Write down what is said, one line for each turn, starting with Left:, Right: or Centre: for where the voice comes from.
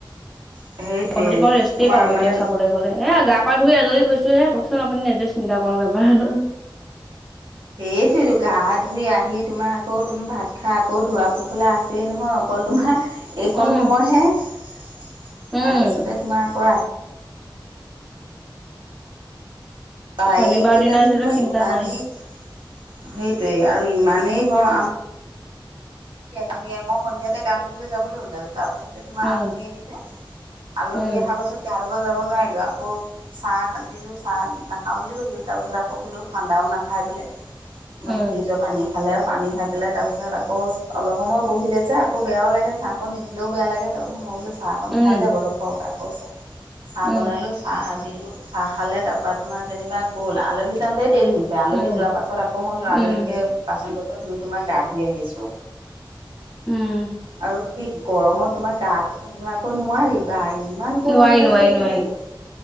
Right: সেইটোৱে
Centre: গুৱাহাটী পৰা ৰেষ্টেই
Right: তোমাৰ
Centre: পালো
Right: মানে
Centre: এতিয়া চাবলৈ গলে। এ গা পা ধুই আজৰি হৈছো হে কওকচোন আপুনি নিজে চিন্তা কৰক এবাৰ
Right: সেইটো গা ধুই আহি তোমাৰ আকৌ তুমি ভাত খাই আকৌ ধোৱা পোখলা আছেই নহয় অকল তোমাৰ এইকণ
Centre: উম,
Right: সময়হে তাৰপাছত
Centre: উম
Right: তোমাৰ আ প
Centre: শনিবাৰ
Right: এই কেইটা
Centre: দিনা
Right: দিন
Centre: সেইটো
Right: তোমাৰ
Centre: চিন্তা
Right: ইমানেই
Centre: নাই।
Right: সেইটোৱে আৰু ইমানেই গৰম আমাৰ আহিলাই মই সন্ধিয়াতে গা ধুবলৈ যাবলৈ ওলালো তাৰপাছত তোমাৰ
Centre: উম,
Right: আলহী আহিলে আলহী
Centre: উম,
Right: আহা পাছত যাব নোৱাৰিলো আকৌ চাহ, দিলো চাহ নাখাওঁ বুলি কৈছিলো তাৰপিছত আকৌ বোলো ঠাণ্ডাও নাখা খাই পেলাই ম
Centre: উম,
Right: ফ্ৰ্ৰীজৰ পানী খালে আৰু পানী খাই পেলাই তাৰপিছত আকৌ অলপ সময় বহিলে যে আকৌ বেয়াও লাগে চাহ অকণ নিদিলেও বেয়া লাগে তাৰপিত ম বো চাহক
Centre: উম,
Right: খাই যাবৰখক। আকৌ চাহ চাহ
Centre: উম,
Right: বনালো চাহ, দিলো। চাহ খালে তাৰ পা তোমাৰ যেনিবা গল আলহী যাওঁতে দেৰি হ'ল আলহী
Centre: উম,
Right: যোৱাৰ পাছত আকৌ মই লৰালৰিকে
Centre: উম,
Right: বাচন বটন ধুই তোমাৰ গা ধুই আহিছো।
Centre: উম।
Right: আৰু কি গৰমত তোমাৰ গা টো নোধোৱাকৈ নোৱাৰি বা ইমান গৰম
Centre: নোৱাৰি
Right: পৰিছে
Centre: নোৱাৰি
Right: এইকেইটা
Centre: নোৱাৰি।
Right: দিন